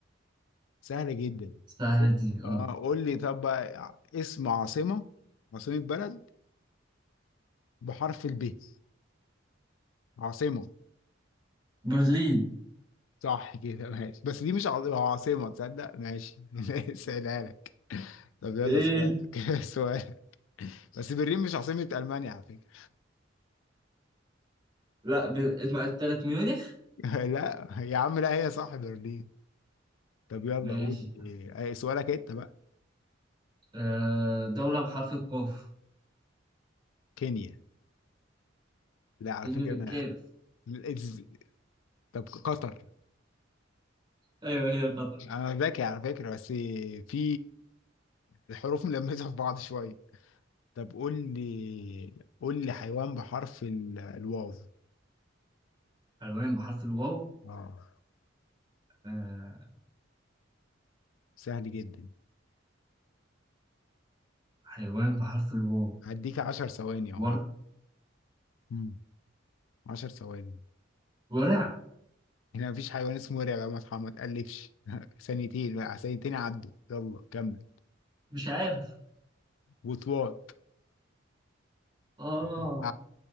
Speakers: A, on the left (about 80°); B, on the right (about 25°).
A: سهلة جدا
B: سهلة
A: قول-
B: دي اه
A: اه قول لي طب بقى اسم عاصمة عاصمة بلد بحرف الب عاصمة
B: برلين
A: صح كده ماشي بس دي مش عاصمة عاصمة تصدق ماشي <laughs> سهلها لك طب يلا
B: ايه
A: سؤالك <laughs> سؤالك بس برلين مش عاصمة ألمانيا على فكرة
B: لا ب... اسمها التالت ميونخ
A: <laughs> لا يا عم لا هي صح برلين طب يلا
B: ماشي
A: قول لي- أي سؤالك انت بقى
B: آه دولة بحرف القاف
A: كينيا لا على
B: فيني
A: فكرة
B: بالكاف
A: انا إز- طب قطر
B: ايوه هي قطر
A: انا ذكي على فكرة بس في الحروف ملمسة في بعض شوية طب قول لي قول لي حيوان بحرف ال- الواو
B: حيوان بحرف الواو
A: اه
B: آه
A: سهل جدا
B: حيوان بحرف الواو
A: هديك عشر ثواني اهو
B: ور...
A: مم. عشر ثواني
B: ورع
A: هنا مفيش حيوان اسمه ورع يا محمد ما تقلفش <laughs> ثانيتين لا، ثانيتين عدوا يلا كمل
B: مش عارف
A: وطواط
B: آه
A: <laughs>